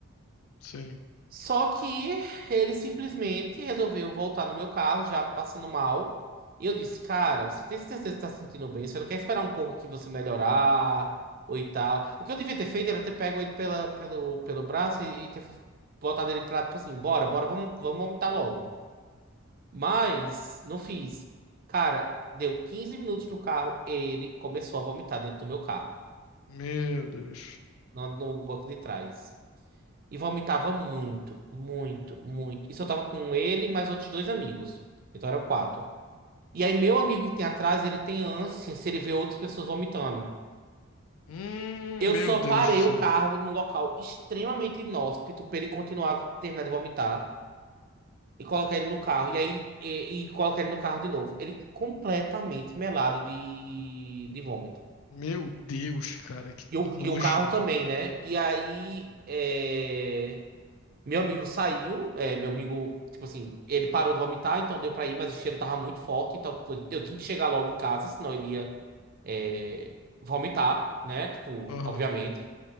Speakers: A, on the left (about 75°); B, on the right (about 40°).
A: Sim.
B: Só que ele simplesmente resolveu voltar no meu carro, já passando mal. E eu disse, cara, você tem certeza que está se sentindo bem? Você não quer esperar um pouco aqui você melhorar ou e tal? O que eu devia ter feito era ter pego ele pela, pelo, pelo braço e, e ter fo- botado ele pra, tipo assim, bora, bora, vamos, vamos vomitar logo. Mas não fiz. Cara, deu 15 minutos no carro, ele começou a vomitar dentro do meu carro,
A: Meu Deus.
B: no, no banco de trás. E vomitava muito, muito, muito. Isso eu tava com ele e mais outros dois amigos. Então eram quatro. E aí, meu amigo que tem atrás, ele tem ânsia se ele vê outras pessoas vomitando.
A: Hum,
B: Eu
A: meu
B: só
A: Deus
B: parei
A: do céu.
B: o carro num local extremamente inóspito pra ele continuar terminar de vomitar e colocar ele no carro. E aí, e, e colocar ele no carro de novo. Ele completamente melado de, de vômito.
A: Meu Deus, cara, que
B: E o,
A: nojo.
B: e o carro também, né? E aí, é... Meu amigo saiu, é, meu amigo, tipo assim, ele parou de vomitar, então deu pra ir, mas o cheiro tava muito forte, então tipo, eu tinha que chegar logo em casa, senão ele ia, é, vomitar, né? Tipo,
A: Aham.
B: obviamente.